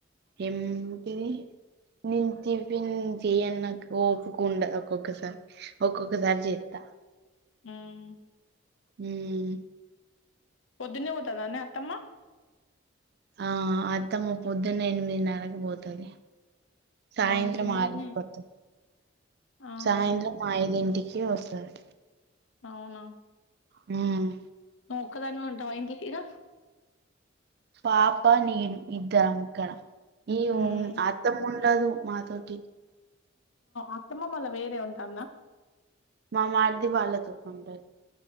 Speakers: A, on the right; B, on the left.
A: ఏంటిది నేను టిఫిన్ చెయను ఓపిక ఉండదు ఒక్కొక్కసారి ఒక్కొక్క సార్జెత్త
B: మ్మ్
A: మ్మహ్
B: పొద్దునే పోతధానే అత్తమ్మ
A: ఆ అత్తమ్ము పొద్దున్న ఎనిమిదిన్నరకి పోతది సాయంత్రం
B: వామ్మో తొందరనే
A: ఆరింటికి ఒత్తది
B: ఆహా
A: సాయంత్రం ఐదింటికి కి వస్తది
B: అవునా
A: మ్మహ్
B: నువ్ ఒక్కదానివే ఉంటవా ఇంట్ల ఈడ
A: పాప నీను ఇద్దరం ఇక్కడ ఈ
B: మ్మ్
A: అత్తమ్ముంట్ ఉండదు మాతోటి
B: అత్తమ్మమలా వేరే ఉంటాందా
A: మామార్ది వాళ్ళతో ఉంటుది